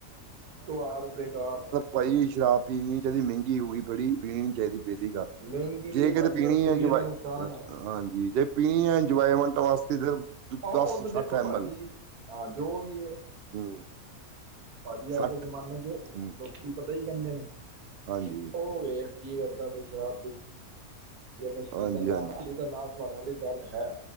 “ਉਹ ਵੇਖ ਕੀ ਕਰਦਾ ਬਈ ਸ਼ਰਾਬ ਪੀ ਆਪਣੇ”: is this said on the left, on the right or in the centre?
Right